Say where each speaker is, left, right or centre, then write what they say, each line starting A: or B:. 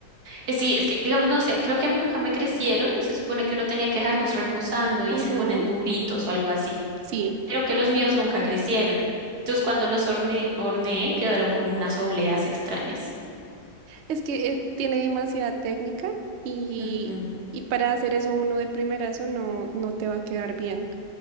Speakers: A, on the right; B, on the right.
A: Eh, sí, es que, digamos, no sé, creo que a mí nunca me crecieron, se supone que uno tenía que dejarlos reposando y
B: <laughs> Ujú,
A: se ponen duritos o algo así.
B: Sí,
A: Creo que los míos nunca crecieron. Entonces cuando los horne- horneé quedaron como unas obleas extrañas.
B: es que eh, tiene demasiada técnica y,
A: Ujú.
B: y para hacer eso uno de primerazo no, no te va a quedar bien.